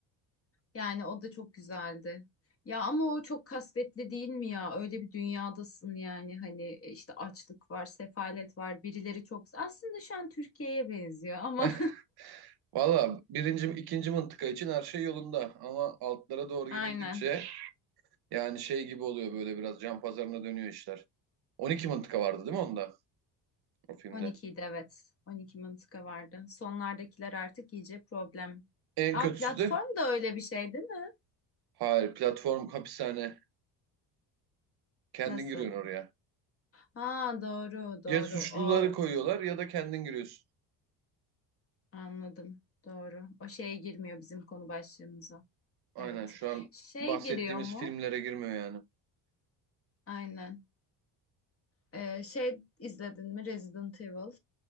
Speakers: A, on the left (about 30°); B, on the right (about 60°).
A: Yani o da çok güzeldi. Ya ama o çok kasvetli değil mi ya? Öyle bir dünyadasın yani hani e, işte açlık var, sefalet var, birileri çok... Aslında şu an Türkiye'ye benziyor ama
B: <laughs> Valla birinci, ikinci mıntıka için her şey yolunda. Ama altlara doğru
A: <laughs> aynen.
B: gidildikçe yani şey gibi oluyor böyle biraz can pazarına dönüyor işler. 12 mıntıka vardı değil mi onda o filmde?
A: 12'ydi evet. 12 mıntıka vardı. Sonlardakiler artık iyice problem.
B: En
A: Aa
B: kötüsü
A: platform
B: de
A: da öyle bir şey değil mi?
B: hayır platform hapishane. Kendin
A: Nasıl?
B: giriyorsun oraya.
A: Ha doğru doğru
B: Ya suçluları
A: o
B: koyuyorlar ya da kendin giriyorsun.
A: anladım doğru o şeye girmiyor bizim konu başlığımıza
B: Aynen
A: evet
B: şu an
A: şey
B: bahsettiğimiz
A: giriyor mu
B: filmlere girmiyor yani.
A: aynen Ee, şey izledin mi Resident Evil